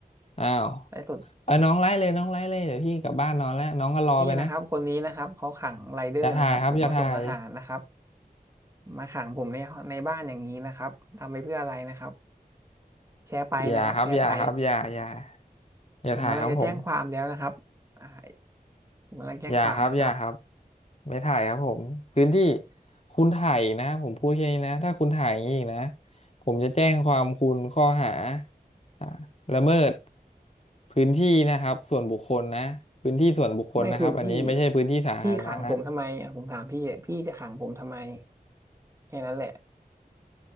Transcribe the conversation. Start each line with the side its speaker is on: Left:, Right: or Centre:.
Left: อ้าว
Right: ไลฟ์สด
Left: เออน้องไล่เลยน้องไล่เลยเดี๋ยวพี่กลับบ้านนอนแล้วน้องก็รอไปนะ
Right: นี่นะครับคนนี้นะครับเขาขังไรเดอร์นะครับผมมาส่งอาหารนะครับ
Left: อย่าถ่ายครับอย่าถ่าย
Right: มาขังผมในในบ้านอย่างนี้นะครับทำไปเพื่ออะไรนะครับแชร์ไปนะครับแชร์ไป
Left: อย่าครับอย่าครับอย่าอย่าอย่าถ่ายครับผม
Right: ผมกำลังจะแจ้งความแล้วนะครับอ่าผมกำลังแจ้งความนะครับ
Left: อย่าครับอย่าครับไม่ถ่ายครับผมพื้นที่คุณถ่ายอีกนะผมพูดแค่นี้นะถ้าคุณถ่ายอย่างนี้อีกนะผมจะแจ้งความคุณข้อหาอ่าละเมิดพื้นที่นะครับส่วนบุคคลนะพื้นที่ส่วนบุคคลนะครับอันนี้ไม่ใช่พื้นที่สาธารณะนะ
Right: ไม่คือพี่พี่ขังผมทำไมอ่ะผมถามพี่อ่ะพี่จะขังผมทำไมแค่นั้นแหละ